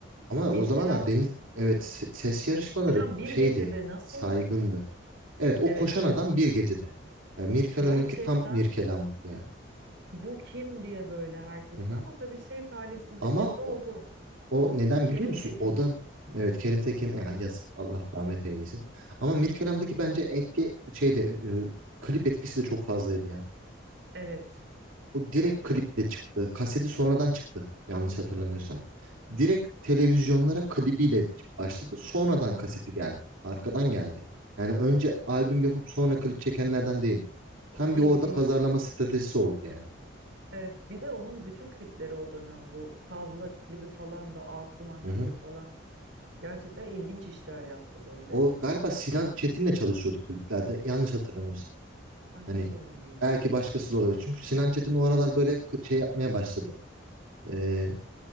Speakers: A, on the right (about 80°); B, on the right (about 65°).
A: Ama
B: Mirkelam
A: o zamanlar deniz evet se- ses yarışmaları
B: Mirkelam bir
A: şeydi.
B: gecede nasıl
A: Saygındı. Evet o
B: evet
A: koşan
B: evet
A: adam bir gecede. E, Mirkelam'ınki
B: gerçekten
A: tam Mirkelamlık yani.
B: bu kim diye böyle herkesin
A: Hı hı.
B: ama tabii şey talihsizlikleri
A: Ama
B: de
A: o,
B: oldu.
A: o neden
B: Kerim
A: biliyor musun?
B: Tekin.
A: O da evet Kerim Tekin ya yazık Allah rahmet eylesin. Ama Mirkelam'daki bence etki şeyde e, klip etkisi de çok fazlaydı ya.
B: Evet.
A: O direkt
B: Evet evet.
A: kliple çıktı. Kaseti sonradan çıktı yanlış hatırlamıyorsam. Direkt televizyonlara klibiyle başladı. Sonradan kaseti geldi. Arkadan geldi. Yani önce albüm yapıp sonra klip çekenlerden değil o. Tam
B: Değil
A: bir orada
B: değil.
A: pazarlama stratejisi oldu yani.
B: Evet. Bir de onun bütün klipleri o dönem bu. Tavla klibi falan da Asuman
A: Hı
B: klibi
A: hı.
B: falan. Gerçekten ilginç işler yaptı böyle.
A: O galiba Sinan Çetin'le çalışıyordu kliplerde. Yanlış hatırlamıyorsam.
B: Ay
A: Hani
B: hiç emin değilim.
A: belki başkası da olabilir. Çünkü Sinan Çetin o aralar böyle k- şey yapmaya başladı. Ee,